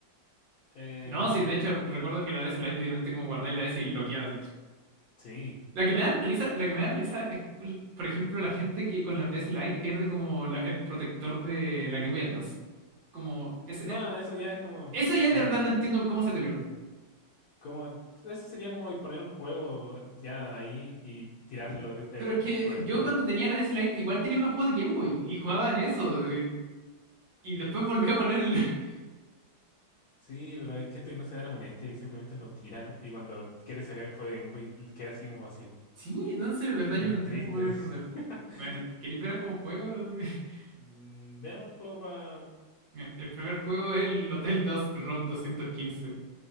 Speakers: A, on the left; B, on the right.
A: Em,
B: No, sí, de hecho, recuerdo que la DS Lite literalmente como guardáis la DS y bloqueaba así.
A: sí,
B: La que
A: ve
B: me
A: un
B: dan
A: juego.
B: risa, la que me da risa es, cul- por ejemplo, la gente que con las DS Lite pierde como la- el protector de la Game Boy Advance. Como, es,
A: No,
B: es-
A: eso ya es como,
B: eso ya
A: ¿cómo?
B: de verdad no entiendo cómo se te pierde.
A: Como, eso sería como poner un juego ya ahí y tirarlo del- del-
B: Pero es
A: como
B: que
A: proyector.
B: yo cuando tenía la DS Lite igual tenía unos juegos de Game Boy y jugaba en eso. Y, y después volví a poner el... <laughs>
A: Sí, pero hay gente que no se da la molestia y simplemente lo tira, ¿no? Y cuando quiere sacar el juego de Game Boy queda así como vacío.
B: Sí, no, en serio, de verdad yo
A: Es
B: no entiendo
A: triste.
B: cómo podía perder.
A: <laughs>
B: Bueno, ¿queréis ver como juego? <laughs>
A: Mm, Veamos un juego para
B: El primer juego es el Hotel dos ROM doscientos quince